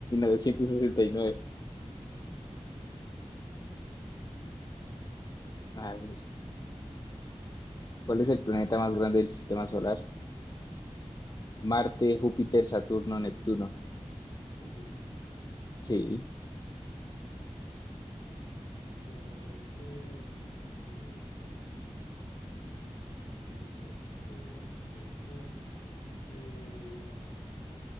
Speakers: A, on the left; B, on the left.
A: 1969.
B: Ujú, Esa fue.
A: A ver, ¿cuál es el planeta más grande del sistema solar? Marte, Júpiter, Saturno, Neptuno.
B: Júpiter.
A: Sí,
B: Bueno, mm, ¿qué otra puede ser? Eh, ¿Qué otro puede ser? ¿Qué puede ser? Eh,